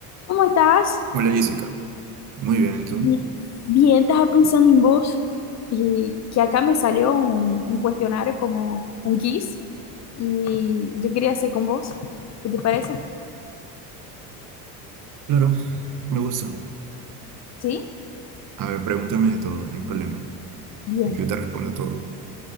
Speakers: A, on the left (about 40°); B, on the right (about 45°).
A: ¿Cómo estás?
B: Hola Jessica, muy bien, ¿y ¿tú?
A: Bien, Bien, estaba pensando en vos y que acá me salió un, un cuestionario como un quiz y yo quería hacer con vos. ¿Qué te parece?
B: Claro, me gusta.
A: ¿Sí?
B: A ver, pregúntame de todo, no hay problema.
A: Bien,
B: Yo te respondo todo.